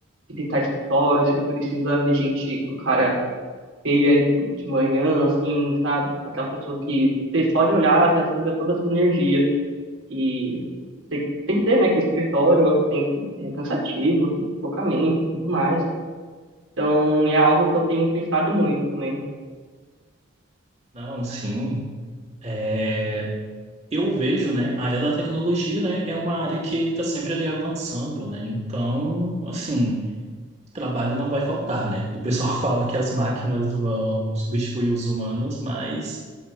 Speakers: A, on the right; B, on the right.
A: visitar escritório, você não precisa ver gente com cara feia de manhã, assim, sabe? Aquelas pessoas que você só de olhar, você suga toda a sua energia. E você tem que dizer, né, que escritório tem, é cansativo, deslocamento, tudo mais. Então, é algo que eu tenho pensado muito também.
B: Não, sim. é, eu vejo, né, a área da tecnologia, né, é uma área que está sempre ali avançando, né? Então, assim, trabalho não vai faltar, né? O pessoal <laughs> fala que as máquinas vão substituir os humanos, mas